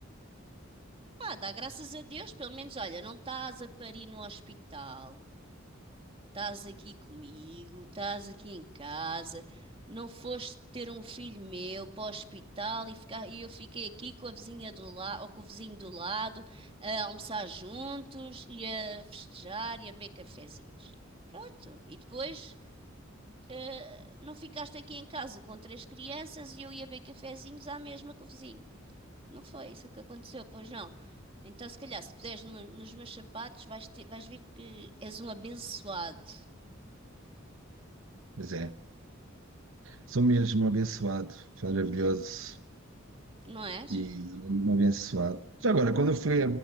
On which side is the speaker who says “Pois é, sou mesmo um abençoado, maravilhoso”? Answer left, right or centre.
Right